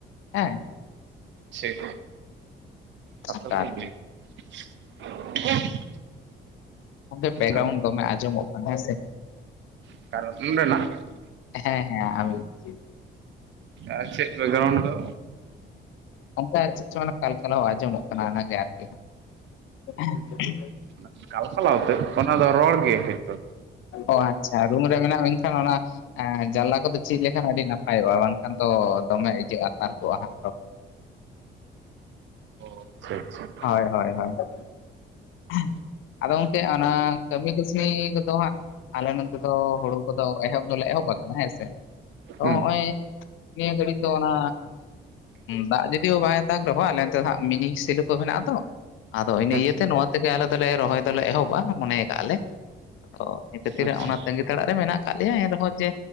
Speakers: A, on the left (about 80°); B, on the right (about 65°).
A: ᱦᱮᱸ ᱾
B: ᱴᱷᱤᱠ ᱠᱟᱛᱷᱟ
A: ᱚᱱᱠᱟ
B: ᱫᱚ
A: ᱟᱨᱠᱤ
B: ᱤᱱᱟᱹ ᱜᱮ <unintelligible>
A: ᱜᱚᱝᱠᱮ ᱵᱮᱠᱜᱨᱟᱣᱩᱱᱰ
B: ᱟᱫᱚ
A: ᱫᱚᱢᱮ ᱟᱸᱡᱚᱢᱚᱜ ᱠᱟᱱᱟ ᱦᱮᱸ ᱥᱮ ᱾
B: <unintelligible>
A: ᱦᱮᱸ ᱦᱮᱸ <unintelligible>
B: ᱟᱨ ᱪᱮᱫ ᱵᱮᱜᱨᱟᱣᱩᱱᱰ ᱫᱚ
A: ᱚᱱᱠᱟ ᱪᱮᱫᱪᱚᱝ ᱠᱟᱞᱠᱟᱞᱣ ᱟᱸᱡᱚᱢᱚᱜ ᱠᱟᱱᱟ ᱚᱱᱟᱜᱮ ᱟᱨᱠᱤ ᱦᱟᱸᱜ ᱾ <inaudible>
B: <unintelligible> ᱠᱟᱞᱠᱟᱞᱟᱣ ᱛᱮ ᱚᱱᱟ ᱫᱚ ᱨᱚᱲ ᱜᱮ <unintelligible>
A: ᱚᱸ ᱟᱪᱪᱷᱟ ᱨᱩᱢ ᱨᱮ ᱢᱮᱱᱟᱜ ᱵᱮᱱ ᱠᱷᱟᱱ ᱚᱱᱟ ᱮᱸ ᱡᱟᱞᱱᱟ ᱠᱚᱫᱚ ᱡᱷᱤᱡᱮ ᱞᱮᱠᱷᱟᱱ ᱟᱹᱰᱤ ᱱᱟᱯᱟᱭᱚᱜᱼᱟ ᱵᱟᱝ ᱠᱷᱟᱱ ᱫᱚ ᱫᱚᱢᱮ ᱤᱡᱟᱹᱜᱼᱟ ᱛᱟᱨ ᱠᱚᱜᱼᱟ ᱾
B: ᱟᱪᱪᱷᱟ ᱟᱪᱪᱷᱟ
A: ᱦᱳᱭ ᱦᱳᱭ ᱦᱳᱭ ᱟᱫᱚ ᱜᱚᱝᱠᱮ ᱚᱱᱟ ᱠᱟᱹᱢᱤ ᱠᱟᱹᱥᱱᱤ ᱠᱚᱫᱚ ᱦᱟᱸᱜ ᱟᱞᱮ ᱱᱚᱛᱮ ᱫᱚ ᱦᱩᱲᱩ ᱠᱚᱫᱚ ᱮᱦᱚᱵ ᱫᱚᱞᱮ ᱮᱦᱚᱵ ᱟᱠᱟᱱᱟ ᱦᱮᱸ ᱥᱮ ᱛᱚ
B: ᱦᱮᱸ
A: ᱦᱚᱜᱼᱚᱭ ᱱᱤᱭᱟᱹ ᱜᱷᱟᱹᱲᱤᱡ ᱫᱚ ᱚᱱᱟ ᱫᱟᱜ ᱡᱩᱫᱤ ᱵᱟᱭ ᱫᱟᱜ ᱨᱮᱦᱚᱸ ᱟᱞᱮ ᱚᱱᱛᱮ ᱫᱚ ᱦᱟᱜ ᱢᱤᱱᱤ ᱥᱤᱞᱚ ᱢᱮᱱᱟᱜᱼᱟ ᱛᱚ ᱟᱫᱚ ᱤᱱᱟᱹ
B: ᱟᱪᱪᱷᱟ
A: ᱤᱭᱟᱹᱛᱮ ᱱᱚᱣᱟ ᱛᱮᱜᱮ ᱟᱞᱮ ᱫᱚᱞᱮ ᱨᱚᱦᱚᱭ ᱫᱚᱞᱮ ᱮᱦᱚᱵ ᱵᱟ ᱢᱚᱱᱮ ᱠᱟᱜᱼᱟ ᱞᱮ ᱟᱫᱚ ᱤᱱᱟ ᱠᱷᱟᱹᱛᱤᱨ
B: ᱟᱪᱪᱷᱟ
A: ᱚᱱᱟ ᱛᱟᱹᱜᱤ ᱛᱟᱲᱟᱜ ᱨᱮ ᱢᱮᱱᱟᱜ ᱟᱠᱟᱫ ᱞᱮᱭᱟ ᱮᱱᱨᱮᱦᱚᱸ ᱡᱮ